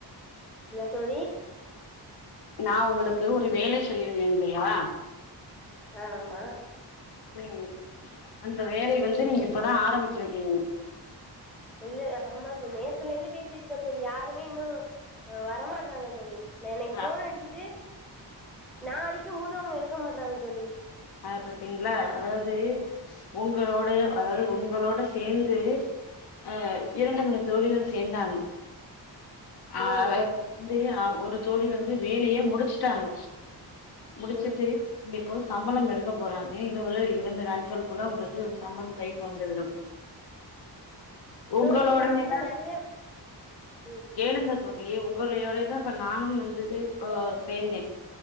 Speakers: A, in the centre; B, on the left.
A: என்ன தோழி
B: நா உங்களுக்கு ஒரு வேலை சொல்லிருந்தேன் இல்லையா
A: அ ஆமா
B: ம் அந்த வேலைய வந்து நீங்க இப்பதான் ஆரம்பிச்சிருக்கீங்க
A: இல்ல ஆமா தோழி நேத்துல இருந்து பேசிட்டு இருக்கேன் தோழி யாருமே இன்னும் வரமாட்றாங்க தோழி ந இன்னிக்கு
B: அ
A: ஃபோன் அடிச்சிட்டு நா அடிக்கும் போது அவங்க எடுக்க மாட்றாங்க தோழி
B: அ பாத்தீங்களா அதாவது உங்களோடைய அதாவது உங்களோட சேந்து அ இரண்டு மூணு தோழிகள் சேந்தாங்க அ
A: ம்
B: வந்து அ ஒரு தோழி வந்து வேலையே முடிச்சுட்டாங்க முடிச்சுட்டு
A: ம்
B: இங்க ஹவுஸ் சம் பளம் எடுக்க போறாங்க இன்னும் ஒரு இரண்டு நாட்களுக்குள்ள உங்களுக்கு ஒரு சம்பளம் கைக்கு வந்து விடும் உங்களோடையதான்
A: தோழி நான் வந்து நிறைய ம்
B: கேளுங்க தோழி உங்களையோட தான் இப்ப நானும் வந்துட்டு சே அ சேந்தேன்